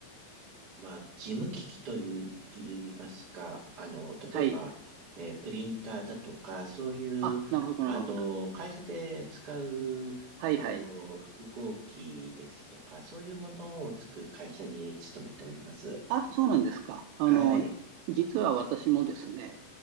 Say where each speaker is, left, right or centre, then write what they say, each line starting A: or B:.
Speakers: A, on the right; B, on the right.
A: まあ、事務機器という、言いますか、あの、例えば、
B: はい。
A: えープリンターだとか、そういう、
B: あ、なるほど、
A: あの、
B: なるほど。
A: 会社で使う、
B: はい、
A: あの、
B: はい。
A: 複合機ですとか、そういうものを作る会社に勤めております。
B: あ、そうなんですか。あの、
A: はい。
B: 実は私もですね、